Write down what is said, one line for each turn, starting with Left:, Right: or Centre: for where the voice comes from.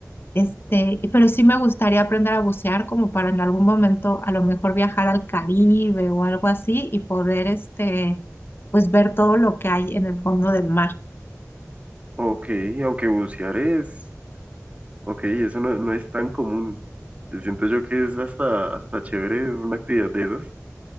Left: Este, y- pero sí me gustaría aprender a bucear como para en algún momento a lo mejor viajar al Caribe o algo así y poder este, pues ver todo lo que hay en el fondo del mar.
Right: Ok, aunque bucear es, ok, eso no, no es tan común. Siento yo que es hasta, hasta chévere una actividad de esas,